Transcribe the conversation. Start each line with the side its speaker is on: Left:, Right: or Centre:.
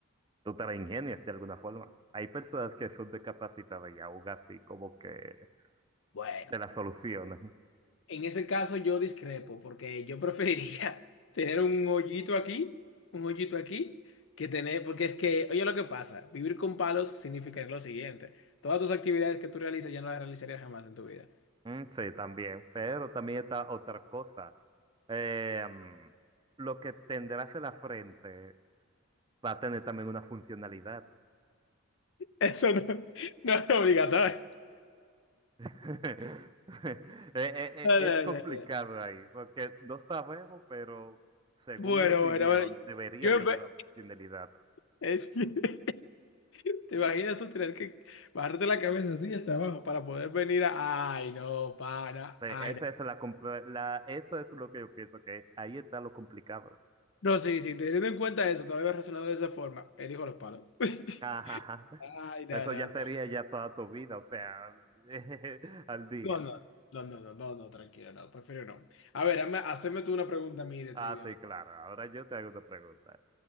Right: tú te la ingenias de alguna forma. Hay personas que son discapacitadas y aún así como que
Left: bueno.
Right: te la solucionan.
Left: En ese caso yo discrepo, porque yo preferiría <laughs> tener un hoyito aquí, un hoyito aquí, que tener, porque es que, oye, lo que pasa, vivir con palos significaría lo siguiente, todas tus actividades que tú realizas ya no las realizarías jamás en tu vida.
Right: Mm, sí, también. Pero también está otra cosa Eh, mm, lo que tendrás en la frente va a tener también una funcionalidad.
Left: Eso no, <laughs> no es obligatorio.
Right: <laughs> Eh, eh,
Left: No,
Right: eh, es
Left: no,
Right: complicado
Left: no, no.
Right: ahí, porque no sabemos, pero según
Left: Bueno,
Right: mi opinión,
Left: bueno, bueno,
Right: debería
Left: yo
Right: tener
Left: ve-
Right: una funcionalidad. O
Left: es que, <laughs> ¿te imaginas tú tener que bajarte la cabeza así hasta abajo para poder venir a, ay, no, para,
Right: sea,
Left: ay,
Right: esa es la, compl- la- eso es lo que yo pienso, que ahí está lo complicado.
Left: No, sí, sí, teniendo en cuenta eso, no lo había razonado de esa forma. Elijo los palos. <laughs>
Right: Ajá, ajá.
Left: Ay, no,
Right: Eso ya
Left: no,
Right: sería ya toda tu vida, o sea, <laughs> al día.
Left: no, no, no, no, no, no, no, tranquilo, no, prefiero no. A ver, hazme, haceme tú una pregunta a mí de
Right: Ah,
Left: trivia.
Right: sí,
Left: a ver.
Right: claro. Ahora yo te hago una pregunta.